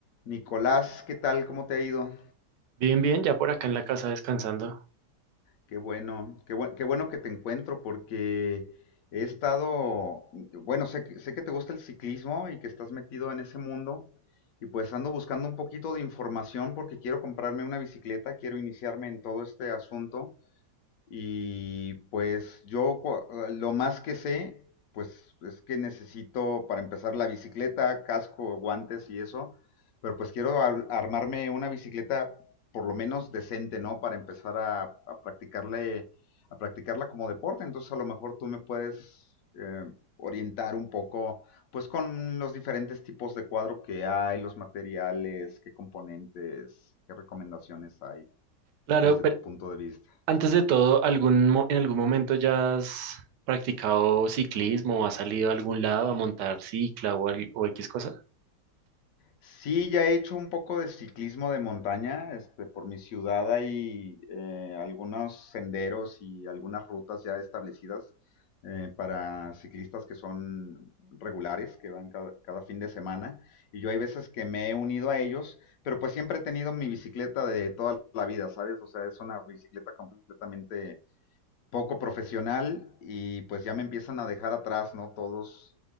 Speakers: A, on the left (about 65°); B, on the right (about 80°).
A: Nicolás, ¿qué tal? ¿Cómo te ha ido?
B: Bien, bien, ya por acá en la casa descansando.
A: Qué bueno, qué buen- qué bueno que te encuentro porque he estado, bueno, sé, que- sé que te gusta el ciclismo y que estás metido en ese mundo y pues ando buscando un poquito de información porque quiero comprarme una bicicleta, quiero iniciarme en todo este asunto Y pues yo cua- ah, lo más que sé, pues es que necesito para empezar la bicicleta, casco, guantes y eso, pero pues quiero ar- armarme una bicicleta por lo menos decente, ¿no? Para empezar a, a practicarle, a practicarla como deporte. Entonces a lo mejor tú me puedes eh, orientar un poco, pues con los diferentes tipos de cuadro que hay, los materiales, qué componentes, qué recomendaciones hay
B: Claro,
A: desde
B: pero
A: tu punto de vista.
B: antes de todo, ¿algún, mo- en algún momento ya has practicado ciclismo o has salido a algún lado a montar cicla o, al- o X cosa?
A: Sí, ya he hecho un poco de ciclismo de montaña. Este, por mi ciudad hay eh, algunos senderos y algunas rutas ya establecidas eh, para ciclistas que son regulares, que van cada, cada fin de semana. Y yo hay veces que me he unido a ellos, pero pues siempre he tenido mi bicicleta de toda la vida, ¿sabes? O sea, es una bicicleta completamente poco profesional y pues ya me empiezan a dejar atrás, ¿no? Todos,